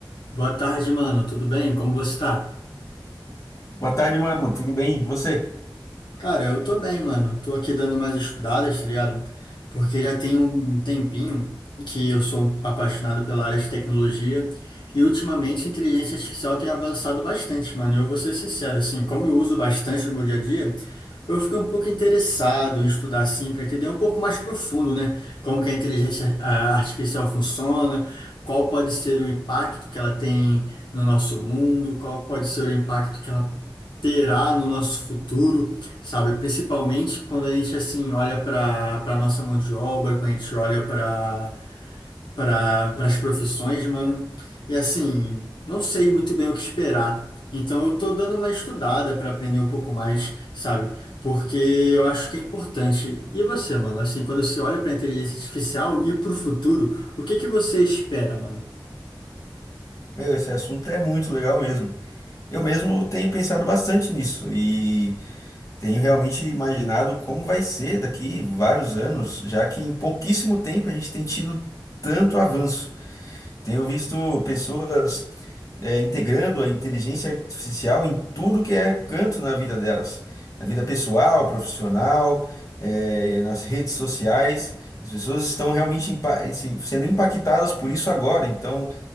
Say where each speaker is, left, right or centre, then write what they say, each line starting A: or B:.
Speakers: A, on the left; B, on the left.
A: Boa tarde, mano. Tudo bem? Como você tá?
B: Boa tarde, mano. Tudo bem? E você?
A: Cara, eu tô bem, mano. Tô aqui dando umas estudadas, tá ligado? Porque já tem um tempinho que eu sou apaixonado pela área de tecnologia e ultimamente a inteligência artificial tem avançado bastante, mano. E eu vou ser sincero, assim, como eu uso bastante no meu dia a dia, eu fiquei um pouco interessado em estudar assim para entender um pouco mais profundo, né? Como que a inteligência ah, artificial funciona, qual pode ser o impacto que ela tem no nosso mundo, qual pode ser o impacto que ela terá no nosso futuro sabe? Principalmente quando a gente assim olha para para nossa mão de obra, quando a gente olha para para as profissões, mano. E assim, não sei muito bem o que esperar. Então eu tô dando uma estudada para aprender um pouco mais, sabe? Porque eu acho que é importante. E você, mano? Assim, quando você olha para inteligência artificial e para o futuro, o que que você espera, mano?
B: Meu, esse assunto é muito legal mesmo. Eu mesmo tenho pensado bastante nisso e tenho realmente imaginado como vai ser daqui vários anos, já que em pouquíssimo tempo a gente tem tido tanto avanço. Eu tenho visto pessoas eh, integrando a inteligência artificial em tudo que é canto na vida delas, na vida pessoal, profissional, eh, nas redes sociais. As pessoas estão realmente impa- assim, sendo impactadas por isso agora, então.